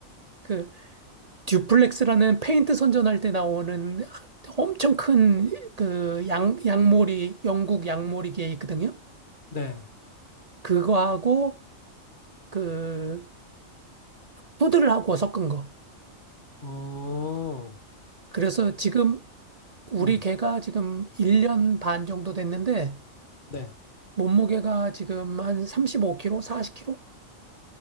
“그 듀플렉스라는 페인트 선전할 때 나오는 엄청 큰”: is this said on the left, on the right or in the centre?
Right